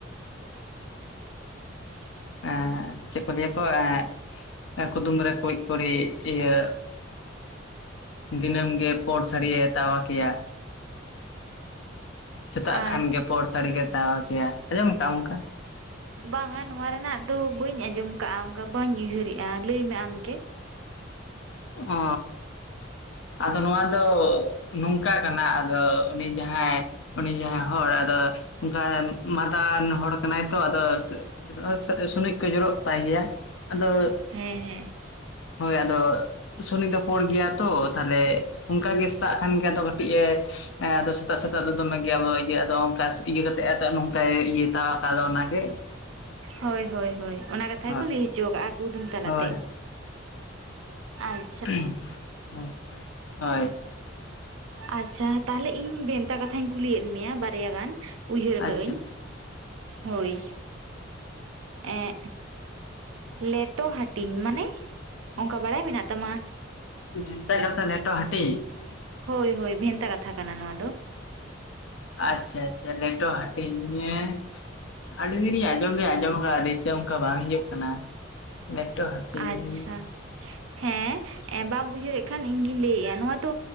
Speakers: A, on the right; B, on the left.
A: <inaudible>
B: ᱮᱜ ᱪᱮᱫ ᱠᱚ ᱞᱟᱹᱭ-ᱟ ᱛᱚ ᱮᱜ ᱠᱩᱫᱩᱢ ᱨᱮ ᱠᱩᱲᱤᱜᱠᱩᱲᱤᱜ ᱤᱭᱟᱹ ᱫᱤᱱᱟᱹᱢ ᱜᱮ ᱯᱳᱲ ᱥᱟᱹᱲᱤᱭᱮ ᱛᱟᱣᱟ ᱜᱮᱭᱟ ᱥᱮᱛᱟᱜ
A: ᱟᱨ
B: ᱠᱷᱟᱱ ᱜᱮ ᱯᱳᱲ ᱥᱟᱹᱲᱤ ᱠᱚ ᱛᱟᱣᱟ ᱜᱮᱭᱟ ᱟᱸᱡᱚᱢ ᱠᱟᱫᱟᱢ ᱚᱱᱠᱟ
A: ᱵᱟᱝᱟ ᱱᱚᱣᱟ ᱨᱮᱱᱟᱜ ᱫᱚ ᱵᱟᱹᱧ ᱟᱸᱡᱚᱢ ᱠᱟᱜᱼᱟ ᱚᱱᱠᱟ ᱵᱟᱹᱧ ᱩᱭᱦᱟᱹᱨᱮᱜᱼᱟ ᱞᱟᱹᱭ ᱢᱮ ᱟᱢᱜᱮ
B: ᱚᱻ ᱟᱫᱚ ᱱᱚᱣᱟ ᱫᱚ ᱱᱚᱝᱠᱟ ᱠᱟᱱᱟ ᱟᱫᱚ ᱩᱱᱤ ᱡᱟᱦᱟᱸᱭ ᱩᱱᱤ ᱡᱟᱦᱟᱸᱭ ᱦᱚᱲ ᱟᱫᱚ ᱢᱟᱸᱫᱟ ᱟᱱ ᱦᱚᱲ ᱠᱟᱱᱟᱭ ᱛᱚ ᱟᱫᱚ ᱥᱟ. ᱜ ᱥᱩᱱᱩᱡ ᱠᱚ ᱡᱚᱨᱚᱜ ᱛᱟᱭ ᱜᱮᱭᱟ ᱟᱫᱚ
A: ᱦᱮᱸ ᱦᱮᱸ
B: ᱦᱳᱭ ᱟᱫᱚ ᱥᱩᱱᱤᱡ ᱫᱚ ᱯᱳᱲ ᱜᱮᱭᱟ ᱛᱚ ᱛᱟᱦᱞᱮ ᱚᱱᱠᱟᱜ ᱜᱮ ᱥᱮᱛᱟᱜ ᱠᱷᱟᱱ ᱜᱮ‌ ᱟᱫᱚ ᱠᱟᱹᱴᱤᱡ ᱮ ᱟᱫᱚ ᱥᱮᱛᱟᱜ ᱥᱮᱛᱟᱜ ᱫᱚ ᱫᱚᱢᱮ ᱜᱮ ᱤᱭᱟᱹ ᱟᱫᱚ ᱚᱱᱠᱟ ᱤᱭᱟᱹ ᱠᱟᱛᱮᱜ ᱟᱛᱮ ᱱᱚᱝᱠᱟᱭ ᱤᱭᱟᱹ ᱛᱟᱣᱟᱠ ᱟ ᱟᱫᱚ ᱚᱱᱟ ᱜᱮ
A: ᱦᱳᱭ ᱦᱳᱭ ᱦᱳᱭ ᱚᱱᱟ ᱠᱟᱛᱷᱟ
B: ᱦᱳᱭ
A: ᱜᱮᱠᱚ ᱞᱟᱹᱭ ᱦᱚᱪᱚ ᱠᱟᱜᱼᱟ ᱠᱩᱫᱩᱢ ᱛᱟᱞᱟᱛᱮ
B: ᱦᱳᱭ
A: ᱟᱨ
B: ᱩᱦ ᱦᱳᱭ
A: ᱟᱪᱪᱷᱟ ᱛᱟᱦᱚᱞᱮ ᱤᱧ ᱵᱷᱮᱱᱛᱟ ᱠᱟᱛᱷᱟᱧ ᱠᱩᱞᱤᱭᱮᱫ ᱢᱮᱭᱟ ᱵᱟᱨᱭᱟ ᱜᱟᱱ ᱩᱭᱦᱟᱹᱨ
B: ᱟᱪᱪᱷᱟ
A: ᱠᱟᱜ ᱟᱹᱧ ᱦᱳᱭ ᱮᱸᱜ ᱞᱮᱴᱚ ᱦᱟᱹᱴᱤᱧ ᱢᱟᱱᱮ ᱚᱱᱠᱟ ᱵᱟᱲᱟᱭ ᱢᱮᱱᱟᱜ ᱛᱟᱢᱟ
B: ᱵᱷᱮᱱᱛᱟᱟ ᱠᱟᱛᱷᱟ ᱞᱮᱴᱚ ᱦᱟᱹᱴᱤᱧ
A: ᱦᱳᱭ ᱦᱳᱭ ᱵᱷᱮᱱᱛᱟ ᱠᱟᱛᱷᱟ ᱠᱟᱱᱟ ᱱᱚᱣᱟ ᱫᱚ
B: ᱟᱪᱪᱷᱟ ᱟᱪᱪᱷᱟ ᱞᱮᱴᱚ ᱦᱟᱸᱴᱤᱧ ᱟᱹᱞᱤᱧ ᱫᱚᱞᱤᱧ ᱟᱸᱡᱚᱢ ᱫᱚ ᱟᱸᱡᱚᱢ ᱠᱟᱜ ᱟ ᱫᱤᱥᱟᱹ ᱚᱱᱠᱟ ᱵᱟᱝ ᱦᱤᱡᱩᱜ ᱠᱟᱱᱟ ᱱᱮᱴᱣᱟᱨᱠ ᱦᱟᱹᱴᱤᱧ
A: ᱟᱪᱪᱷᱟ ᱦᱮᱸ ᱮ ᱵᱟᱢ ᱩᱭᱦᱟᱹᱨᱮᱜ ᱠᱷᱟᱱ ᱤᱧ ᱜᱤᱧ ᱞᱟᱹᱭᱮᱫᱼᱟ ᱱᱚᱣᱟ ᱫᱚ